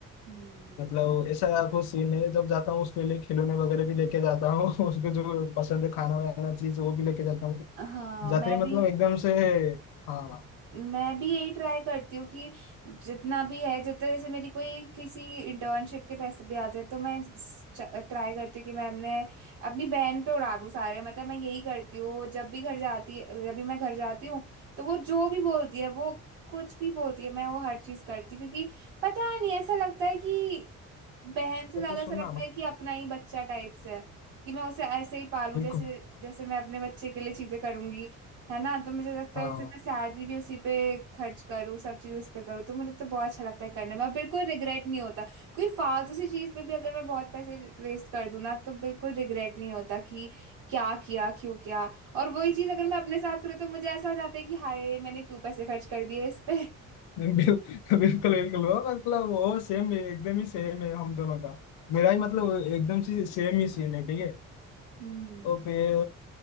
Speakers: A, on the right; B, on the left.
A: हम्म
B: मतलब ऐसा कुछ सीन नहीं है जब जाता हूँ उसके लिए खिलौने वगैरह भी लेके जाता हूँ <laughs> उसको जो पसंद है खाना वाना चीज वो भी लेके जाता हूँ
A: हाँ
B: जाते
A: मैं
B: ही मतलब
A: भी
B: एकदम से हाँ
A: मैं भी यही ट्राई करती हूँ कि जितना भी है जितना जैसे मेरी कोई किसी इंटर्नशिप के पैसे भी आते हैं तो मैं ट्राई करती हूँ कि मैं अपने अपनी बहन पे उड़ा दूँ सारे मतलब मैं यही करती हूँ वो जब भी घर जाती है जब भी मैं घर जाती हूँ तो वो जो भी बोलती है वो कुछ भी बोलती है मैं वो हर चीज करती हूँ क्योंकि पता नहीं ऐसा लगता है कि बहन से
B: तो
A: ज्यादा
B: फिर सुनना
A: ऐसा लगता
B: मतलब
A: है कि अपना ही बच्चा टाइप से है कि मैं उसे ऐसे ही पालूं
B: बिल्कुल
A: जैसे जैसे मैं अपने बच्चे के लिए चीजें करूंगी है ना तो मुझे लगता
B: हाँ
A: है जैसे मैं सैलरी भी उसी पे खर्च करूँ सब चीज़ उस पे करूँ तो मुझे तो बहुत अच्छा लगता है करने में और बिल्कुल रिग्रेट नहीं होता कोई फालतू सी चीज़ पे भी अगर मैं बहुत पैसे वेस्ट कर दूँ ना तो बिल्कुल रिग्रेट नहीं होता कि क्या किया क्यों किया और वही चीज़ अगर मैं अपने साथ करूँ तो मुझे ऐसा हो जाता है कि हाय मैंने क्यों पैसे खर्च कर दिए इस पे
B: बिल, बिल्कुल बिल्कुल वो मतलब वो सेम एकदम ही सेम है हम दोनों का मेरा ही
A: हाँ
B: मतलब एकदम से सेम ही सीन है ठीक है
A: हम्म
B: तो फिर